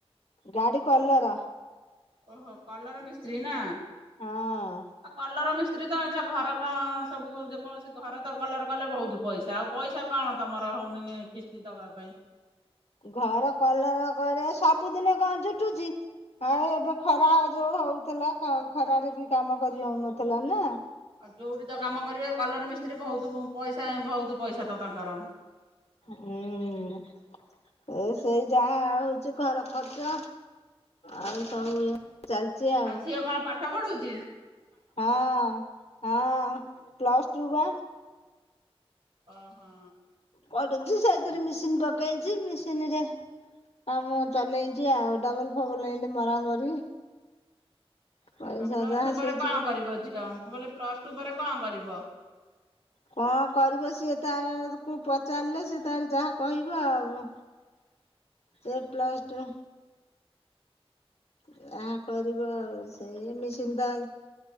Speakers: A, on the left; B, on the right.
A: ଗାଡ଼ି କଲର।
B: ଓହୋ କଲର ମିସ୍ତ୍ରୀ ନା
A: ହଁ
B: ଆ କଲର ମିସ୍ ସେଥିରେ ତ ଘର କ ସବୁ ଯେକୌଣସି ଘର ତ କଲର କଲେ ବହୁତ ପଇସା, ଆଉ ପଇସା <unintelligible> କଣ ତମର ହଉନି କିସ୍ତି ଦବା ପାଇଁ?
A: ଘର କଲର କରିବା ସବୁଦିନେ କଣ ଝୁଟୁଛି ଆ ଏବେ ଖରା ଯୋଉ ହଉଥିଲା ଖରାରେ ବି କାମ କରି ହୋଉନଥିଲା ନା।
B: ଆଉ ଯୋଉଠି ତ କାମ କରିବେ କଲର ମିସ୍ତ୍ରୀ ବୋହୁତ ପଇସା ବୋହୁତ ପଇସା ତ ତାଙ୍କର।
A: ହୁଁ ସେଇ ଯାହା ହଉଛି ଘର ଖର୍ଚ୍ଚ। ଆଉ ସବୁ <unintelligible>
B: ଆଉ ଝିଅ କଣ ପାଠ ପଢୁଚି?
A: ହଁ ହଁ ପ୍ଲସ୍ ଟୁ ବା।
B: ଓହୋ।
A: ହଁ ପୁଛି ସେଇଥିରେ ମେସିନ ପକେଇଚି, ମେସିନ ରେ କାମ ଚଲେଇଛି ଆଉ ଡବଲ ଫବଲ ହେଇ ମରାମରି। ପଇସା
B: ଆଉ ପ୍ଲସ
A: ଯାହା
B: ଟୁ ପରେ
A: ସେଇଥିରେ
B: କଣ କରିବ ଝିଅ ମୁଁ କହିଲି ପ୍ଲସ ଟୁ ପରେ କଣ କରିବ?
A: କଣ କରିବ ସିଏ ତାକୁ ପଚାରିଲେ ସିଏ ତାର ଯାହା କହିବ ଆଉ।
B: ହ
A: ସେ ପ୍ଲସ୍ ଟୁ। ଏହା କରିବ ଆଉ ସେଇ ମସିିନ୍ତା